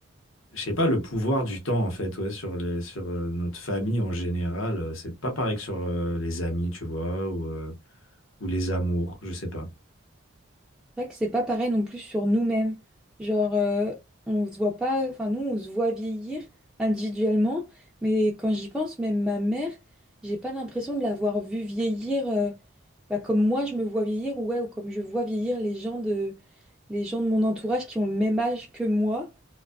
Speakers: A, on the left; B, in the centre.
A: Je sais pas, le pouvoir du temps, en fait, ouais, sur les, sur euh, notre famille en général, euh, c'est pas pareil que sur euh, les amis, tu vois, ou, euh, ou les amours, je sais pas.
B: vrai que c'est pas pareil non plus sur nous-mêmes. Genre, euh, on se voit pas, enfin, nous, on se voit vieillir individuellement, mais quand j'y pense, même ma mère, j'ai pas l'impression de l'avoir vue vieillir euh, bah, comme moi je me vois vieillir, ouais, ou comme je vois vieillir les gens de, les gens de mon entourage qui ont le même âge que moi.